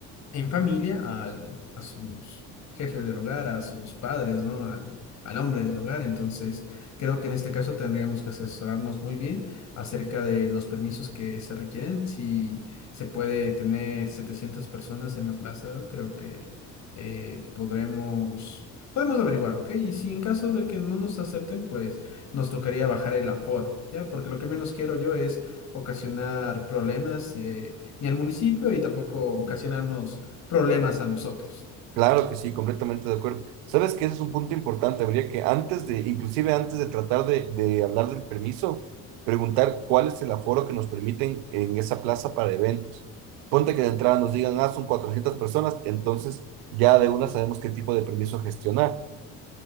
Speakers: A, on the left (about 55°); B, on the right (about 80°).
A: en familia al- a sus jefes del hogar, a sus padres, ¿no? Al, al hombre del hogar. Entonces, creo que en este caso tendríamos que asesorarnos muy bien acerca de los permisos que se requieren. Si se puede tener 700 personas en la plaza, creo que eh, podremos... Podemos averiguar, ¿ok? Y si en caso de que no nos acepten, pues nos tocaría bajar el aforo, ¿ya? Porque lo que menos quiero yo es ocasionar problemas eh, ni al municipio y tampoco ocasionarnos problemas a nosotros.
B: Claro que sí, completamente de acuerdo. Sabes que ese es un punto importante. Habría que antes de, inclusive antes de tratar de, de hablar del permiso, preguntar cuál es el aforo que nos permiten en esa plaza para eventos. Ponte que de entrada nos digan, ah, son 400 personas, entonces ya de una sabemos qué tipo de permiso gestionar.